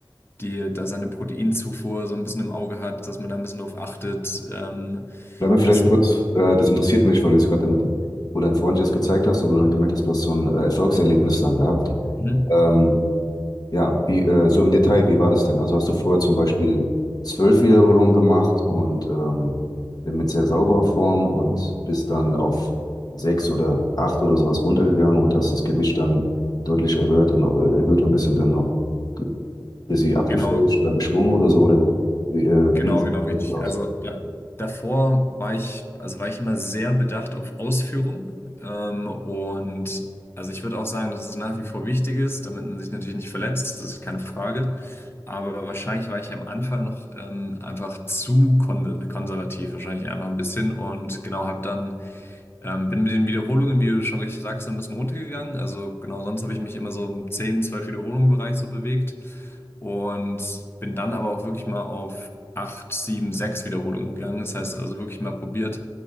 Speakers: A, on the left; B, on the left.
A: die, da seine Proteinzufuhr so ein bisschen im Auge hat, dass man da ein bisschen drauf achtet, ähm,
B: Bleib mir vielleicht
A: dass man,
B: kurz, äh, das interessiert mich, weil du jetzt gerade damit, wo dein Freund dir das gezeigt hast und wo du dann gemerkt hast, du hast so ein äh, Erfolgserlebnis dann gehabt.
A: Mhm.
B: Ähm, ja, wie, äh, so im Detail, wie war das denn? Also hast du vorher zum Beispiel zwölf Wiederholungen gemacht und ähm, mit sehr sauberer Form und bist dann auf sechs oder acht oder sowas runtergegangen und hast das Gewicht dann deutlich erhöht und äh, erhöht und bist dann dann noch ein bisschen abgefälscht
A: genau,
B: oder geschwungen oder so, oder wie, äh,
A: Genau,
B: wie sieht
A: genau, richtig.
B: das aus?
A: Also da, davor war ich, also war ich immer sehr bedacht auf Ausführung. Ähm, und also ich würde auch sagen, dass es nach wie vor wichtig ist, damit man sich natürlich nicht verletzt, das ist keine Frage. Aber wahrscheinlich war ich am Anfang noch ähm, einfach zu kon konservativ, wahrscheinlich einfach ein bisschen und genau habe dann ähm, bin mit den Wiederholungen, wie du schon richtig sagst, ein bisschen runtergegangen. Also genau, sonst habe ich mich immer so im 10 12 Wiederholungen Bereich so bewegt und bin dann aber auch wirklich mal auf 8, 7, 6 Wiederholungen gegangen. Das heißt also wirklich mal probiert,